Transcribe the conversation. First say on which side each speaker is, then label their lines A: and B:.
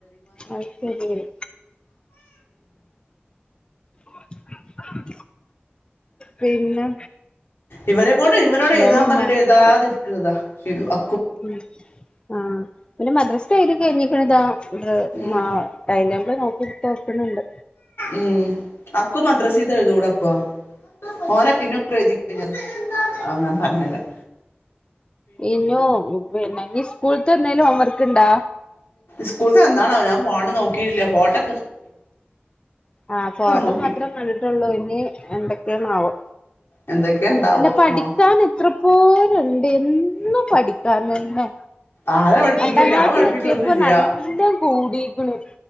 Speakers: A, on the left (about 25°); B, on the left (about 75°).
A: അയ് ശെരിയാണ് ആ ആ പിന്നെ
B: ഇവനെക്കൊണ്ട് ഇവനോട്
A: എന്തായാലും
B: എഴുതാമ്പറഞിട്ട്
A: ഉമ്മാനോട്
B: എഴുതാതിരിക്കുന്നതാ
A: പറയാം
B: ചെയ്തു ആ
A: ഉം ആ പിന്നെ മദ്രസ്സ എയ്തിക്കയ്ഞ്ഞിക്കണ്താ ദ്
B: ഉം
A: മ അയ്ൻ്റെ മെനോക്കിട്ടോക്കണുണ്ട്
B: ഊം അക്കു മദ്രസീത്തെഴുതൂടക്വോ ഓനെ പിന്നോഴുതിക്കഴിഞ്ഞ ഹ ഞാൻ പറഞ്ഞു തരാം
A: ഈനു പിന്നെ നിസ്കൂൾത്തെ എന്തേലും ഹോം വർക്ക് ഇണ്ടോ
B: സ്കൂൾത്തെ എന്താണാവോ ഞാൻ ഫോണ് നോക്കിയില്ല പോട്ടെ
A: ആഹ് ഫോട്ടോ
B: നോക്കി
A: മാത്രം കണ്ടിട്ടുള്ളൂ ഇനി എന്തൊക്കെയാണാവോ
B: എന്തൊക്കെയ ഉണ്ടാവോ
A: അല്ല പഠിത്താണിത്ര
B: എന്നോ
A: പാടെണ്ട് എന്നും പഠിക്കാനെന്നെ
B: ആരാ പഠിപ്പിക്ക
A: രണ്ടാം ക്ലാസ്സിലെത്തിയപ്പോ
B: ഞാൻ പഠിപ്പിക്കലൊന്നുംല്ല
A: നല്ല കൂടീക്കണു